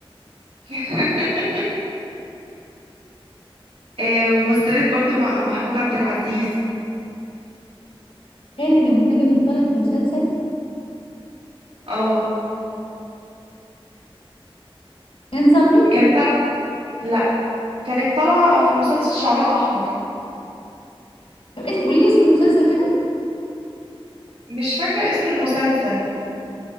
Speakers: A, on the right (about 80°); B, on the left (about 75°).
A: <laughs> آه، ومثلت برضو مع محمود عبد العزيز
B: خالد ابو النجا كان طالع في مسلسل
A: اه
B: هند صبري
A: كانت طالعة لا كانت طالعة في المسلسل شعرها أحمر
B: طب اسم قولي لي اسم المسلسل كده
A: مش فاكرة اسم المسلسل